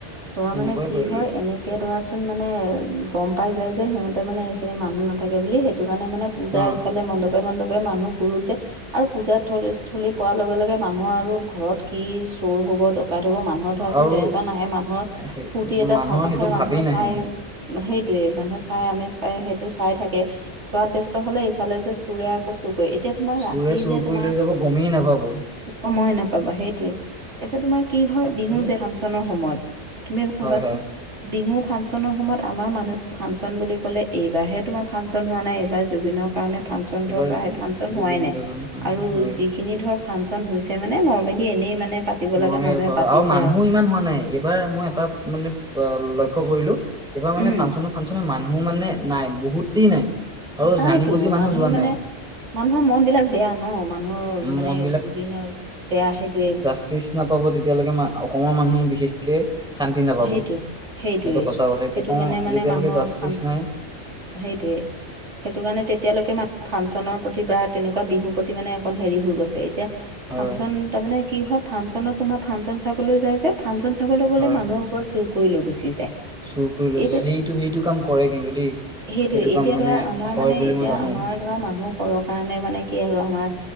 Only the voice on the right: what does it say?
তোমাৰ
মানে কি
হয় এনেকে ধৰাছোন মানে, গম পাই যায় যে সিহঁতে মানে এইখিনি মানুহ নাথাকে বুলি সেইটো কাৰণে মানে পূজাৰ
ইফালে মণ্ডপে মণ্ডপে মানুহ ঘুৰুতে, আৰু পূজাস্থলী পোৱাৰ লগে লগে মা মানুহ আৰু ঘৰত কি চোৰ হ'ব ডকাইত হ'ব মানুহ মানুহৰ ধৰাচোন
তেনেকুৱা নাহে মানুহৰ
ফূৰ্তি এটা
ভাৱ আহে
মানুহে
চাই। সেইটোৱেই মানুহে চাই আমেজ পায় সেইটো চাই থাকে। চোৱাত বেস্ত হ'লে এইফালে যে চোৰে আকৌ চুৰ কৰে এতিয়া তোমাৰ
ৰাতি
যে
তোমাৰ
সময় নাপাবা সেইটোৱে। এতিয়া তোমাৰ কি হয়
বিহু যে ফাংচনৰ সময়ত তুমি
ভাবাচোন
বিহু ফাংচনৰ সময়ত আমাৰ মানুহে ফাংচন বুলি ক'লে এইবাৰহে তোমাৰ ফাংচন হোৱা নাই এইবাৰ জুবিনৰ কাৰণে ফাংচন বন্ধৰ
পৰাই সেই ফাংচন
হোৱাই নাই
আৰু
যিখিনি ধৰ ফাংচন হৈছে মানে নৰ্মেলি এনেই মানে পাতিব
লাগে মানুহে
পাতিছে
উম
নাইতো,
মানুহ
মানে
মানুহৰ মনবিলাক বেয়া ন মানুহৰ মানে
জুবিনৰ বেয়া সেইটোৱে
সেইটোৱে সেইটোৱেই
সেইটো
কাৰণে মানে
মানুহৰ
ফান
সেইটোৱেই সেইটো কাৰণে তেতিয়ালৈকে ফাংচনৰ প্ৰতি বা তেনেকুৱা বিহুৰ প্ৰতি মানে এখন হেৰি হৈ গৈছে এতিয়া
ফাংচন তাৰমানে কি হয় ফাংচনত তোমাৰ ফাংচন চাবলৈ যায় যে ফাংচন চাবলৈ গ'লে
মানুহক চুৰ কৰি লৈ গুচি যায়।
এতিয়া
সেইটোৱে এতিয়া
ধৰা আমাৰ
মানে
এতিয়া
আমাৰ ধৰা মানুহ সৰহ কাৰণে মানে কি আৰু আমাৰ